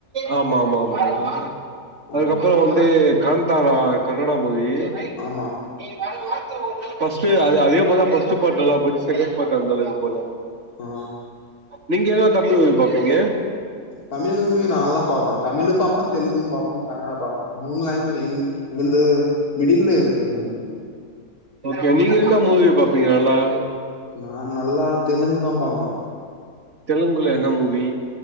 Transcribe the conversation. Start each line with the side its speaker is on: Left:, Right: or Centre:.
Right: ஆம் ஆமா ஆமா ஆமா ஆ
Left: ஆ
Right: அதுக்க வந்து காந்தாரா கன்னடா மூவி நைட்டு
Left: ஆமா
Right: நீ வா வா <unintelligible> ஃபஸ்ட்டு அதே போல ஃபஸ்ட்டு போட்டாலா போ செகண்ட் போட்ட இருந்து போல
Left: ஆ
Right: நீங்க ஏதாது தமிழ் மூவி பாப்பீங்க
Left: தமிழுமே நா எல்லா பாப்பேன் தமிழும் பாப்பேன் தெலுங்கும் பாப்பேன் கனடா பாப்பன் மூன்னு லாங்குவேஜ் இங் வந்து மிடின் தேவ் பே மெண்ட
Right: ஓகே நீங்க என்ன மூவி பாப்பீங்க நல்லா
Left: நா நல்லா தெலுங்கு தான் பாப்பன்
Right: தெலுங்குல என்ன மூவி